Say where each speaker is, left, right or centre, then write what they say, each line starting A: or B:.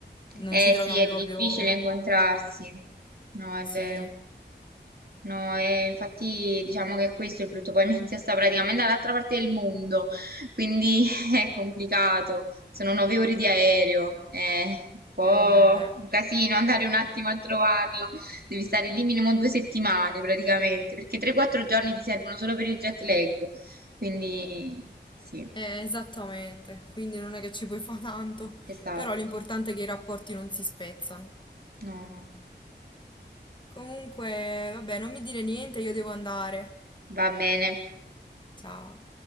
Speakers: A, on the left; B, on the right.
A: non
B: Eh,
A: ci troviamo
B: sì, è
A: proprio...
B: difficile incontrarsi. No, è
A: Sì,
B: vero. No, e infatti diciamo che questo è il brutto, poi mia zia <laughs> sta praticamente dall'altra parte del mondo, quindi <laughs> è complicato, sono nove ore di aereo, è un po'
A: eh beh,
B: un casino andare un attimo a trovarla, devi stare lì minimo due settimane praticamente, perché 3-4 giorni ti servono solo per il jet lag, quindi sì,
A: eh, esattamente, quindi non è che ci puoi fare tanto,
B: esatto,
A: però l'importante è che i rapporti non si spezzano.
B: no, no,
A: Comunque, vabbè, non mi dire niente, io devo andare.
B: va bene.
A: Ciao.